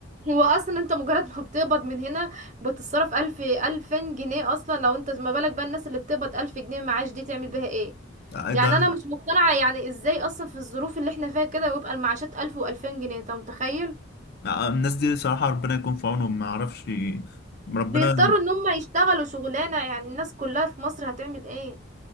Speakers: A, on the right (about 40°); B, on the left (about 50°).
A: هو اصلا انت مجرد ما بتقبض من هنا بتتصرف الف الفين جنيه اصلا لو انت ما بالك بقى الناس اللي بتقبض الف جنيه معاش دي تعمل بيها ايه
B: <laughs>
A: يعني
B: ده
A: انا مش مقتنعه يعني ازاي اصلا في الظروف اللي احنا فيها كده ويبقى المعاشات الف والفين جنيه انت متخيل
B: الناس دي صراحه ربنا يكون في عونهم ما اعرفش ربنا
A: بيضطروا ان هم يشتغلوا شغلانه يعني الناس كلها في مصر هتعمل ايه